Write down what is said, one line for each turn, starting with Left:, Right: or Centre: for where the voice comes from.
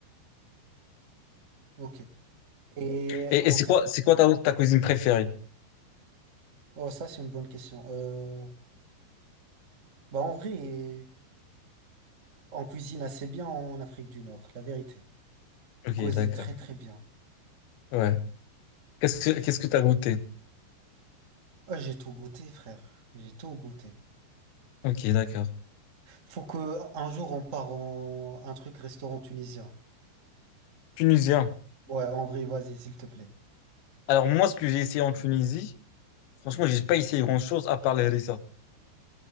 Right: Ok. Et
Left: Et,
Right: en
Left: et c'est
Right: termes...
Left: quoi, c'est quoi ta, ta cuisine préférée?
Right: Oh, ça, c'est une bonne question. Euh, Bah, en vrai, on cuisine assez bien en Afrique du Nord, la vérité.
Left: Ok,
Right: On cuisine
Left: d'accord.
Right: très, très bien.
Left: Ouais. Qu'est-ce que, qu'est-ce que t'as goûté?
Right: Ah, j'ai tout goûté, frère. J'ai tout goûté.
Left: Ok, d'accord.
Right: Faut que un jour on part en un truc restaurant tunisien.
Left: Tunisien.
Right: Ouais, en vrai, vas-y, s'il te plaît.
Left: Alors, moi, ce que j'ai essayé en Tunisie, Franchement, j'ai pas essayé grand-chose à part les harissa.